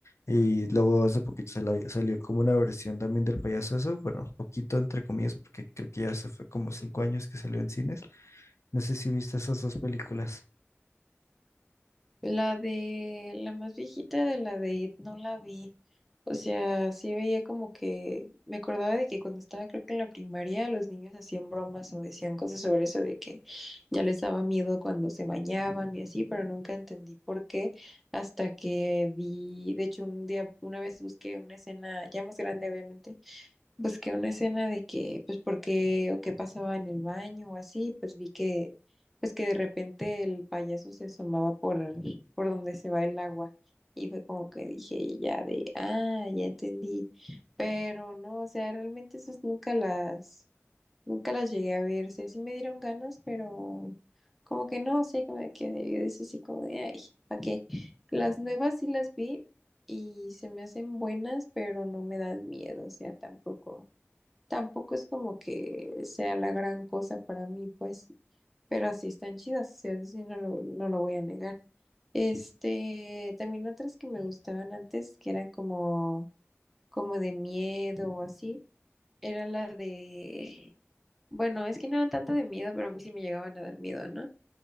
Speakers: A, on the left; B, in the centre.
A: y luego hace poquito se la- salió como una versión también del payaso eso, bueno, poquito entre comillas porque creo que ya se fue como cinco años que salió en cines, no sé si viste esas dos películas.
B: La de la más viejita de la de It no la vi. O sea, sí veía como que me acordaba de que cuando estaba creo que en la primaria los niños hacían bromas o decían cosas sobre eso de que ya les daba miedo cuando se bañaban y así, pero nunca entendí por qué hasta que vi, de hecho un día una vez busqué una escena ya más grande obviamente Pues que una escena de que, pues porque, o qué pasaba en el baño o así, pues vi que, pues que de repente el payaso se asomaba por, por donde se va el agua. Y fue como que dije ya de, ah, ya entendí. Pero no, o sea, realmente esas nunca las, nunca las llegué a ver. O sea, sí me dieron ganas, pero como que no, sé, como que me quedé, yo decía así como de, ay, ¿para qué? Las nuevas sí las vi y se me hacen buenas, pero no me dan miedo, o sea, tampoco. Tampoco es como que sea la gran cosa para mí, pues, pero sí están chidas, o sea, eso sí no lo, no lo voy a negar. Este, también otras que me gustaban antes, que eran como, como de miedo o así, era la de, bueno, es que no eran tanto de miedo, pero a mí sí me llegaban a dar miedo, ¿no?